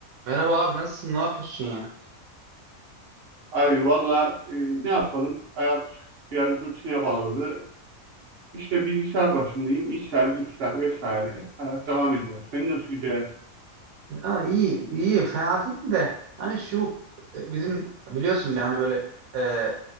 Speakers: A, on the right (about 80°); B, on the right (about 50°).
A: Merhaba abi nasılsın? Ne yapıyorsun ya?
B: Abi valla e, ne yapalım? Hayat biraz rutine bağladı. İşte bilgisayar başındayım. İşler, güçler vesaire. Hayat devam ediyor. Senin nasıl gidiyor?
A: Ya iyi iyi fena değil de hani şu e, bizim biliyorsun ben hani böyle e,